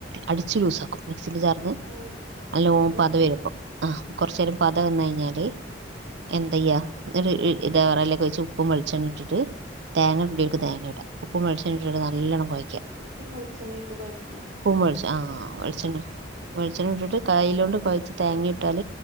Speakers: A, on the right; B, on the right.
A: അടിച്ച് ലൂസാക്കും മിക്സിൽ ജാർന്ന്
B: ആഹ്
A: നല്ലോ
B: എന്നിട്ട്
A: പത വരുപ്പ ആ കൊറച്ച നേരം പത വന്ന കഴിഞ്ഞാല് എന്തയ്യ ഇതവറലക്കെ വെച്ച് ഉപ്പ് വെളിച്ചെണ്ണ ഇട്ടിട്ട് തേങ്ങ ഇടടുർക്ക് തേങ്ങ ഇട ഉപ്പ വെളിച്ചണ്ണ ഇട്ടിട്ട്നല്ലണ്ണം കുഴിക്കും
B: ഉപ്പവെളിച്ചെണ്ണ ഇട്ട് കൊഴക്കി
A: വെളിച്ച ആ വെളിച്ചെണ്ണ വെളിച്ചെണ്ണ ഇട്ടിട്ട് കൈയിലോണ്ട് കുഴച്ച് തേങ്ങിയിട്ടാൽ